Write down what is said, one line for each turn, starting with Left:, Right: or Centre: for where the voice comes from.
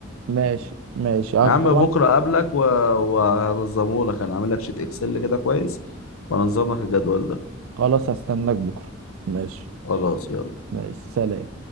Right: ماشي ماشي آه،
Left: يا عم
Right: طبعا
Left: بكره اقابلك و- وهنظمه لك انا عامل لك شيت اكسل كده كويس وهنظم لك الجدول ده
Right: خلاص هستناك بكرة ماشي
Left: خلاص يلا
Right: ماشي سلام